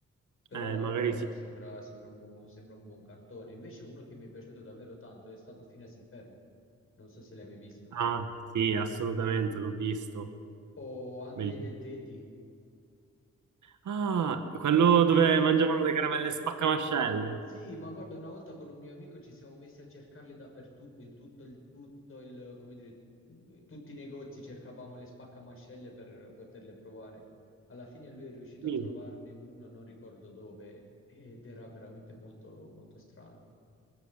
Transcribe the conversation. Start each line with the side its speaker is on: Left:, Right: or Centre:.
Left: Però
Right: Eh, magari sì.
Left: sembra, sembra un buon, sembra un buon cartone. Invece uno che mi è piaciuto davvero tanto è stato Finesse e Ferb. Non so se l'hai mai visto.
Right: Ah, sì, assolutamente, l'ho visto.
Left: O anche
Right: Bellissimo.
Left: Ed e Deddy.
Right: Ah, quello dove mangiavano le caramelle spaccamascelle.
Left: Sì, ma guarda, una volta con un mio amico ci siamo messi a cercarle dappertutto, in tutto il, tutto il, come dire, in tutti i negozi cercavamo le spaccamascelle per poterle provare. Alla fine lui è riuscito
Right: Sì.
Left: a trovarne uno, non ricordo dove, ed era veramente molto, molto strano.